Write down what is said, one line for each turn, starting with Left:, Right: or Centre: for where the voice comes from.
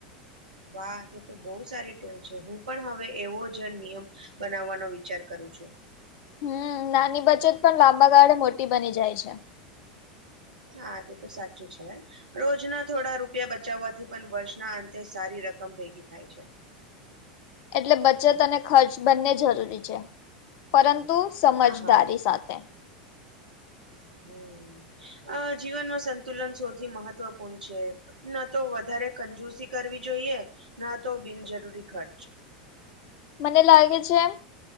Right: વાહ તે તો બહુ સારી ટેવ છે હું પણ હવે એવો જ નિયમ બનાવવાનો વિચાર કરું છું.
Left: હમ નાની બચત પણ લાંબા ગાળે મોટી બની જાય છે.
Right: હા તે તો સાચું છે. રોજના થોડા રૂપિયા બચાવવાથી પણ વર્ષના અંતે સારી રકમ ભેગી થાય છે.
Left: એટલે બચત અને ખર્ચ બંને જરૂરી છે, પરંતુ સમજદારી
Right: હા હા
Left: સાથે.
Right: હમ અ જીવનમાં સંતુલન સૌથી મહત્વપૂર્ણ છે. ના તો વધારે કંજૂસી કરવી જોઈએ ના તો બિનજરૂરી ખર્ચ.
Left: મને લાગે છે.